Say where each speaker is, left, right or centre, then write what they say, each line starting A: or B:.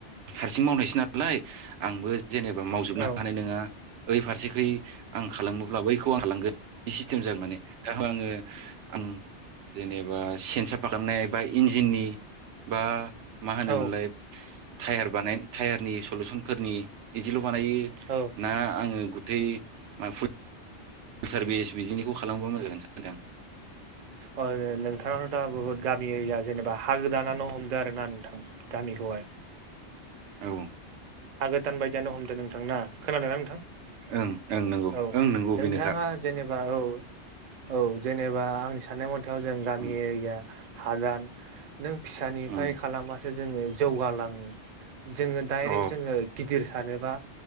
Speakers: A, on the right; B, on the right.
A: हारसिं मावनायसो नालाय? आंबो जेनेबा मावजोबनो
B: औ
A: हानाय नोङा। ओइ फारसेखै आं खालामोब्ला बैखौ आं हालांगोन सिस्टेम जाया। माने दा आङो आं जेनेबा से <unintelligible> खालामनाय बा इन्जिननि बा मा होनोमोनलाय?
B: औ
A: थायार बानायनज थायारनि सलुसनफोरनिदिल' बानायो
B: औ औ
A: ना? आङो गुतै आ फुत सारभिस बिजिनिखौ खालामबा मोजां जागोन सानदों <unintelligible>
B: अ नो नोंथाङाव दा बुहुत गामि एरिया जेनेबा हा गो दानानानै हमदो आरो ना नोंथां? बेखौहाय
A: औ
B: हागोदान बायदियानो हमदों नोंथांना खोनादों नोंथां?
A: ओं ओं नंगौ
B: औ
A: ओं नंगौ
B: नोंथाङा
A: बेनोखा
B: जेनेबा औ औ जेनेबा आंनि साननाय मथाव जों गामि
A: उम
B: एरिया हादान नों फिसानिफाय
A: उम
B: खालामबासो जोङो जौगालाङो। जोङो दाइरेक्ट
A: अ
B: जोङो गिदिर सानोबा